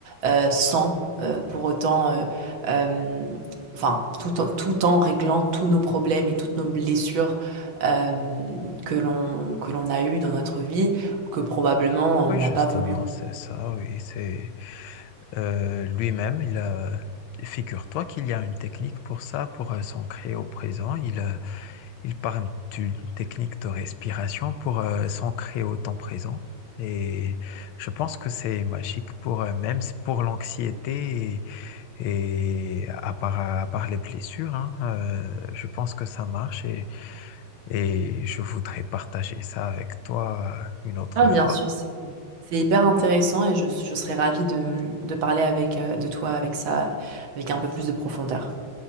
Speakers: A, on the right; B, on the left.
A: euh, sans euh, pour autant, euh, euh, enfin, tout en, tout en réglant tous nos problèmes et toutes nos blessures euh, que l'on que l'on a eues dans notre vie ou que probablement on
B: Oui,
A: n'a
B: justement,
A: pas voulu.
B: c'est ça, oui, c'est euh, lui-même, il a- figure-toi qu'il y a une technique pour ça, pour euh, s'ancrer au présent. Il, euh, il parle d'une technique de respiration pour euh, s'ancrer au temps présent. Et je pense que c'est magique pour euh, même pour l'anxiété Et à part, à part les blessures, hein, euh, je pense que ça marche et, et je voudrais partager ça avec toi une autre
A: Ah, bien
B: fois.
A: sûr, C'est hyper intéressant et je, je serais ravie de, de parler avec, euh, de toi avec ça, avec un peu plus de profondeur.